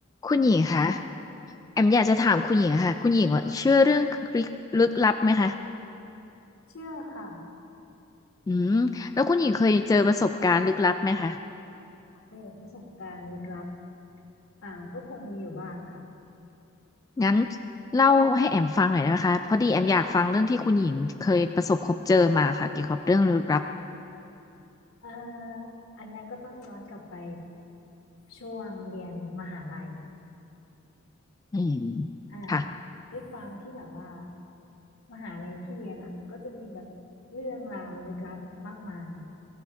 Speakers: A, on the left (about 15°); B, on the left (about 80°).
A: คุณหญิงคะ แอมอยากจะถามคุณหญิงค่ะคุณหญิงว่าเชื่อเรื่องลึกลึกลับไหมคะ
B: เชื่อค่ะ
A: อืมแล้วคุณหญิงเคยเจอประสบการณ์ลึกลับไหมคะ
B: โอ้ประสบการณ์ลึกลับอ่าก็พอมีอยู่บ้างค่ะ
A: งั้นเล่าให้แอมฟังหน่อยได้ไหมคะพอดีแอมอยากฟังเรื่องที่คุณหญิงเคยประสบพบเจอมาค่ะเกี่ยวกับเรื่องลึกลับ
B: เอ่ออันเนี้ยก็ต้องย้อนกลับไปช่วงเรียนมหาลัย
A: อืม
B: อ่า
A: ค่ะ
B: ด้วยความที่แบบว่ามหาลัยที่เรียนอ่ะก็จะมีแบบเรื่องราวลึกลับมากมาย